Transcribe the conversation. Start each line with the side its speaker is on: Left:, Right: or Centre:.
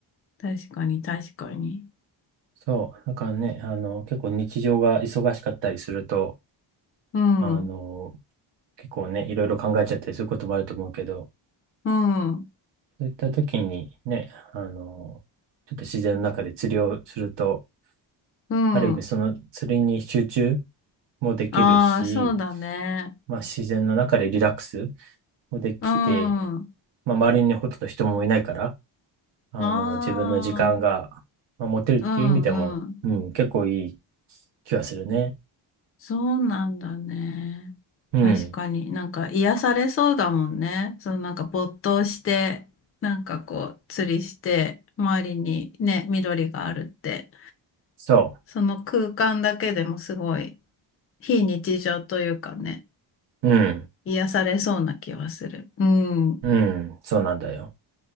Left: 確かに、確かに。
Right: う。そう。だからね、あの、結構日常が忙しかったりすると、
Left: うん、
Right: あの、
Left: う
Right: 結構ね、いろいろ考えちゃったりすることもあると思うけど、
Left: ん、
Right: そういった時にね、あの、ちょっと自然の中で釣りをすると、
Left: うん。
Right: ある意味その釣りに集中もできるし、
Left: ああ、そうだね。
Right: まあ自然の中でリラックスもできて、
Left: うん。あ
Right: まあ周りにほとんど人もいないから、あの、
Left: あ、
Right: 自分の時間が、まあ、持てるっていう意味でも、
Left: うん、うん。
Right: うん、結構いい気がするね。
Left: そうなんだね。
Right: うん、
Left: 確かになんか癒されそうだもんね。そのなんか没頭して、なんかこう釣りして、周りにね、緑があるって、
Right: そ
Left: その空間だけでもすごい非日常というかね、
Right: う。うん、
Left: 癒されそうな気はする。うん。
Right: うん、そうなんだよ。